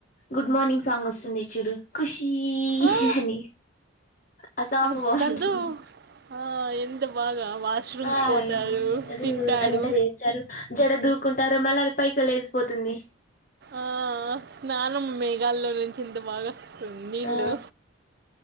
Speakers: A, on the left; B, on the right.
A: గుడ్ మార్నింగ్ సాంగ్ వస్తుంది చూడు ఖుష్ చి
B: ఆ,
A: అని ఆ సాంగ్
B: అద్-
A: బాగుంటుంది
B: దాంతో ఆ, ఎంత బాగా వాష్రూమ్కి
A: ఆ <unintelligible>
B: పోతాడు తింటాడు
A: అంతా చేసారు జడ దూకుంటారు మళ్ళీ పైకి లేేసిపోతుంది
B: ఆ స్నానం మెఘలో నుంచి ఇంత బాగా సున్నీళ్ళు
A: ఆ